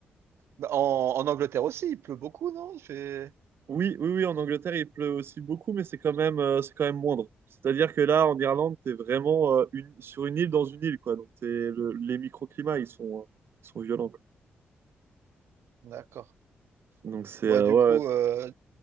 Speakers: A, on the right (about 85°); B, on the right (about 65°).
A: Bah, En, en Angleterre aussi, il pleut beaucoup, non? Il fait.
B: Oui, oui, oui, en Angleterre, il pleut aussi beaucoup, mais c'est quand même, euh, c'est quand même moindre. C'est-à-dire que là, en Irlande, t'es vraiment euh, une- sur une île dans une île, quoi. Donc, t'es, le- les microclimats, ils sont, euh, ils sont violents, quoi.
A: D'accord.
B: Donc, c'est,
A: Bon,
B: euh,
A: et du
B: ouais,
A: coup,
B: ouais,
A: euh,